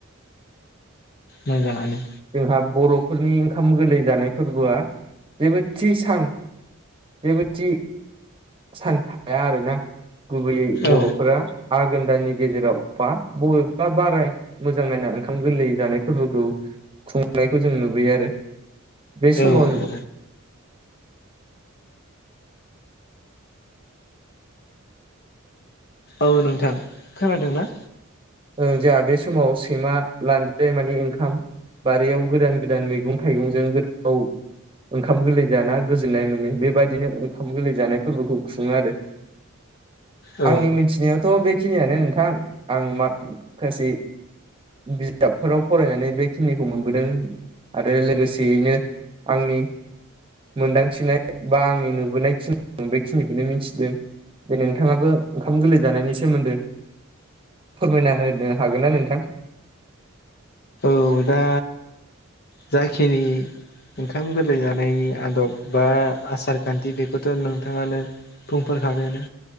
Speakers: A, on the left (about 50°); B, on the right (about 25°).
A: मोजाङानो
B: जोंहा बर'फोरनि ओंखाम गोरलै जानाय फोरबोआ जेबो थि सान जेबो थि सान थाया आरोना गुबैयै बर'फोरा
A: औ
B: आघोन दानि गेजेराव बा बबेबा बाराय मोजां नायना ओंखाम गोरलै जानाय फोरबोखौ खुंनायखौ जों नुबयो आरो। बे समाव
A: औ औ औ नोंथां खोनादोंना?
B: ओ जोंहा बे समाव सैमा लानजाय मानिे ओंखाम बारियाव गोदान गोदान मैगं थाइगंजों गोथाव ओंखाम गोरलै जाना गोजोन्नाय मोनो बेबायदिनो ओंखाम गोरलै जानाय फोरबोखौ खुङो आरो।
A: औ
B: आंनि मिथिनायावथ' बेखिनियानो नोंथां आं माखासै बिजाबफोराव फरायनानै बेखिनिखौ मोनबोदों आरो लोगोसेयैनो आंनि मोनदांथिनाय बा आंनि नुबोनायखिनि बेखिनिखौनो मिथिदों। बे नोंथाङाबो ओंखाम गोरलै जानायनि सोमोन्दो फोरमायना होनो हागोनना नोंथां?
A: औ दा जाखिनि ओंखाम गोरलै जानायनि आदब बा आसार खान्थि बेखौथ' नोंथाङानो बुंफोरखाबायानो